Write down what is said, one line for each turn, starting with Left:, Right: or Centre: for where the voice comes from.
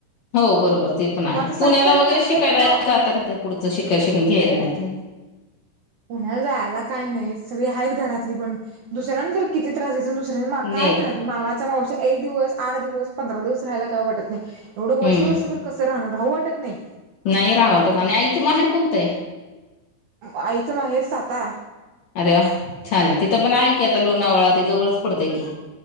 Left: हो बरोबर ते पण आहे
Right: मग आता सातपर्यंत
Left: पुण्याला वगैरे
Right: थांबलोय
Left: शिकायला
Right: म्हणल्यावर
Left: जात- नाहीत -पुढचं शिकायला -शिकून- घ्यायला नाहीत
Right: ह <inaudible> पुण्याला जायला काय नाही, सगळी आहेत घरातली पण दुसऱ्यांना तर किती त्रास द्यायचा -दुसऱ्यां काय
Left: नाहीच
Right: म्हणत मामाचा माव- एक दिवस आठ दिवस पंधरा दिवस राहायला काय वाटत नाही एवढं वर्ष
Left: हम्म
Right: -वर्षभर कसं राहणार राहू वाटत नाही
Left: नाही राहा वाटत आणि आईचं -माहेर कोणतय?
Right: आईच माहेर साता
Left: अरे वा छान आहे तिथं पण आहे की आता लोणावळा त जवळच पडतय की